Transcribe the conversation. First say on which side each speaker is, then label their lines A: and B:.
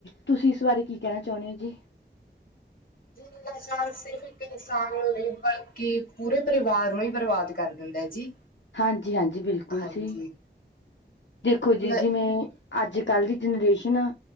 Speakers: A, on the left; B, on the left.
A: ਤੁਸੀਂ ਇਸ ਬਾਰੇ ਕੀ ਕਹਿਣਾ ਚਾਹੁੰਦੇ ਹੋ, ਜੇ?
B: <unintelligible> ਸਿਰਫ ਇੱਕ ਇਨਸਾਨ ਨੂੰ, ਨਹੀਂ ਬਲਕਿ ਪੂਰੇ ਪਰਿਵਾਰ ਨੂੰ ਹੀ, ਬਰਬਾਦ ਕਰਦੇ ਹੁੰਦਾ ਜੀ।
A: ਹਾਂਜੀ-ਹਾਂਜੀ, ਬਿਲਕੁਲ
B: ਹਾਂਜੀ
A: ਜੀ। ਦੇਖੋ ਜੀ,
B: ਨ-
A: ਜਿਵੇਂ, ਅੱਜ-ਕੱਲ ਦੀ ਜਨਰੇਸ਼ਨ ਆ